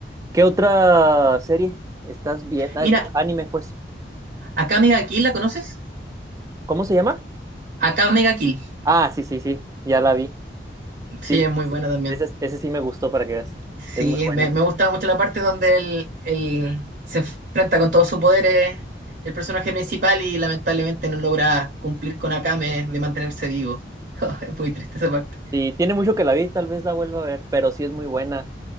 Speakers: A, on the right; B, on the right.
A: ¿Qué otra serie estás viendo? Ah,
B: Mira,
A: de tu- anime, pues.
B: acá Mega Kill, ¿la conoces?
A: ¿Cómo se llama?
B: Acá Mega Kill.
A: Ah, sí, sí, sí, ya la vi.
B: Sí,
A: Sí,
B: es muy buena también.
A: ese, ese sí me gustó para que veas. Es
B: Sí,
A: muy buena.
B: me, me gusta mucho la parte donde él, él se enfrenta con todos sus poderes, el personaje principal, y lamentablemente no logra cumplir con Akame de mantenerse vivo. <laughs> Es muy triste esa parte.
A: Y tiene mucho que la vi, tal vez la vuelva a ver, pero sí es muy buena.